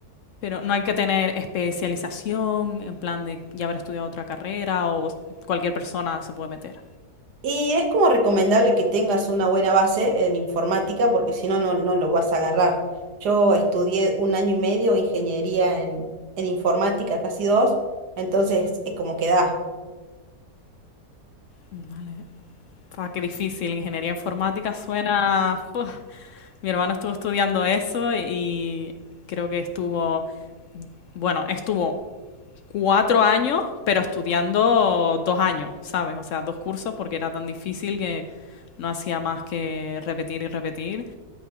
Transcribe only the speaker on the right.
Y es como recomendable que tengas una buena base en informática porque si no, no, no lo vas a agarrar. Yo estudié un año y medio ingeniería en, en informática, casi dos, entonces es como que da.